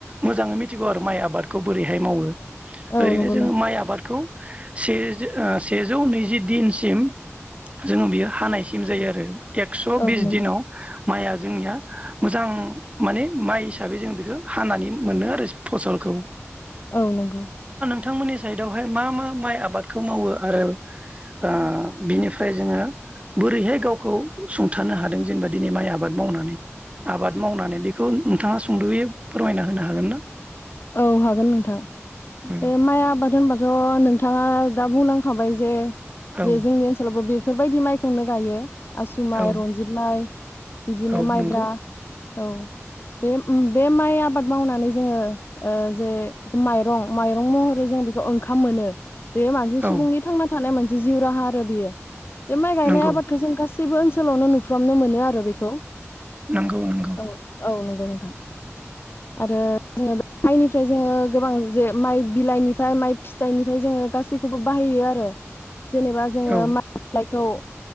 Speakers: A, on the right; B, on the left.
A: मोजाङै मिथिगौ आरो माइ आबादखौ बोरैहाय मावो
B: औ
A: ओरैनो
B: नंगौ
A: जोङो
B: नोंथां
A: माइ आबादखौ से ओ सेजौ नैजि दिनसिम जोङो बियो हानायसिम जायो आरो एक्स'
B: औ
A: बिस
B: नंगौ
A: दिनाव माइया जोंनिया मोजां माने माइ हिसाबै जों बेखो हानानै मोनो आरो फसलखौ
B: औ नंगौ
A: थांमोननि साइदआवहाय मा मा माइ आबादखौ मावो आरो ओ बिनिफ्राय जोङो बोरैहाय गावखौ सुंथानो हादों जेनेबा दिनै माइ आबाद मावनानै आबाद मावनानै बेखौ नोंथाङा सुंद'यै फोरमायना होनो हागोन ना?
B: औ हागोन नोंथां
A: उम
B: बे माइ आबाद होनबाथ' नों थाङा दा बुंलांखाबाय जे
A: औ
B: बे जोंनि ओनसोलावबो बेफ फोरबायदि माइखौनो गायो आसु माइ
A: औ
B: रनजित माइ बिदिनो
A: औ
B: माइब्रा
A: नंगौ
B: औ बे बे माइ आबाद मावनानै जोङो ओ जे माइरं माइरं महरै जों बेखौ ओंखाम मोनो बे मानजि सुबुंनि
A: औ
B: थांना थानाय मोनसे जिउ राहा आरो बियो। बे माइ गायनाय
A: नंगौ
B: आबादखौ जों गासै बो ओनसोलावनो नुफ्रामनो मोनो आरो बेखौ।
A: नंगौ नंगौ
B: औ औ नं गौ नोंथां आरो मायनिफ्राय जोङो गोबां जे माइ बिलाइनिफ्राय माइ फिथाइनिफ्राय जोङो गासैखौबो बाहायो आरो जेनेबा जोङो
A: ओं
B: <unintelligible> खौ ओ